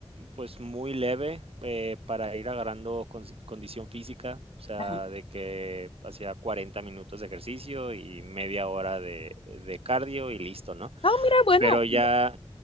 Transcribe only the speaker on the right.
pues muy leve, eh, para ir agarrando consi condición física, o sea,
de que hacía 40 minutos de ejercicio y media hora de de cardio y listo, ¿no?
Pero ya